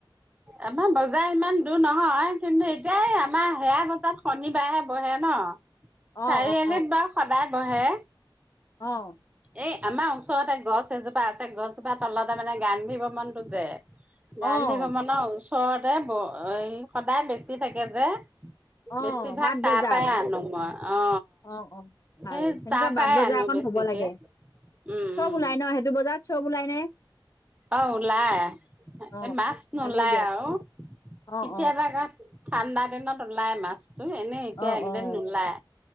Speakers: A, on the right; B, on the left.
A: আমাৰ বজাৰ ইমান দূৰ নহয় কিন্তু এতিয়া আমাৰ সেয়া বজাৰ শনিবাৰেহে বহে ন।
B: অ'
A: চাৰিআলিত
B: অ' অ'
A: বাৰু সদায় বহে,
B: অ'
A: এ আমাৰ ওচৰতে গছ এজোপা আছে, গছজোপাৰ তলতে মানে গান্ধী ভৱনটো যে গান্ধী
B: অ'
A: ভৱনৰ ওচ ওচৰতে ব এই সদায় বেছি থাকে যে। বেছিভাগ
B: অ' বাট
A: তাৰ
B: বজাৰ,
A: পৰাই আনো মই অ
B: অ' অ'
A: সেই
B: ভাল সেনেকুৱা
A: তাৰ পৰাই
B: বাট বজাৰ
A: আনো
B: এখন
A: বেছিকে
B: হ'ব লাগে,
A: উম
B: চব
A: উম
B: ওলাই ন সেইটো বজাৰত চব ওলাই নে?
A: অ' ওলাই,
B: অ',
A: এ মাছ নোলায়
B: ভালেই দিয়ক।
A: আৰু
B: অ', অ',
A: কেতিয়াবা কা ঠাণ্ডা দিনত ওলাই মাছ। ধুই এনেই এতিয়া
B: অ',
A: একদিন
B: অ',
A: নোলাই।